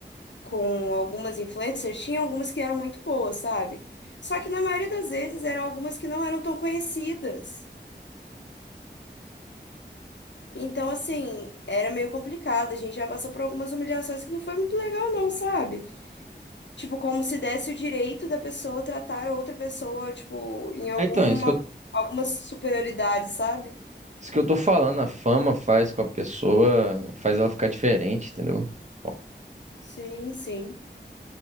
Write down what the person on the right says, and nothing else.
É. Então, é isso que eu,
isso que eu tô falando, a fama faz com a pessoa, faz ela ficar diferente, entendeu? Bom,